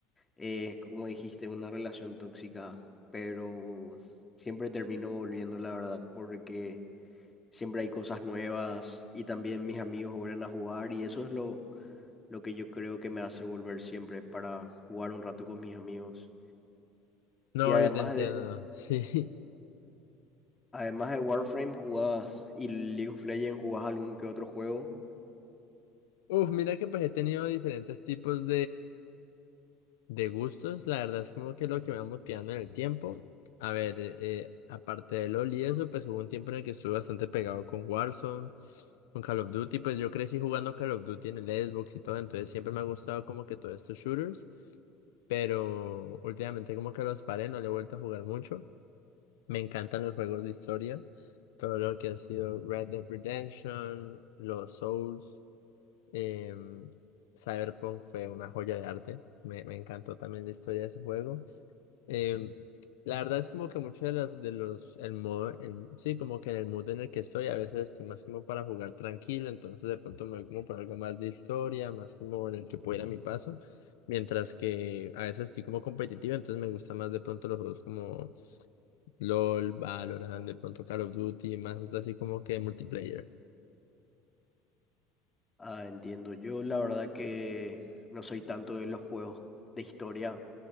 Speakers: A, on the left; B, on the left.
A: eh, como dijiste, una relación tóxica, pero siempre termino volviendo, la verdad, porque siempre hay cosas nuevas y también mis amigos vuelven a jugar y eso es lo, lo que yo creo que me hace volver siempre para jugar un rato con mis amigos.
B: No,
A: Y además
B: yo te entiendo, <laughs> sí.
A: Además de Warframe, jugabas y League of Legends, jugabas algún que otro juego.
B: Uf, mira que pues he tenido diferentes tipos De gustos, la verdad es como que lo que me va motivando en el tiempo. A ver, eh, eh, aparte de LoL y eso, pues hubo un tiempo en el que estuve bastante pegado con Warzone, con Call of Duty, pues yo crecí jugando Call of Duty en el Xbox y todo, entonces siempre me ha gustado como que todos estos shooters, pero últimamente como que los paré, no le he vuelto a jugar mucho. Me encantan los juegos de historia, todo lo que ha sido Red Dead Redemption, los Souls. Eh, Cyberpunk fue una joya de arte. Me, me encantó también la historia de ese juego. Eh, la verdad es como que muchos de los, de los, el modo, el- sí, como que en el mood en el que estoy, a veces estoy más como para jugar tranquilo, entonces de pronto me voy como por algo más de historia, más como en el que pueda ir a mi paso, mientras que a veces estoy como competitivo, entonces me gusta más de pronto los juegos como LOL, Valorant, de pronto Call of Duty, más así como que multiplayer.
A: Ah, entiendo. Yo la verdad que no soy tanto de los juegos de historia.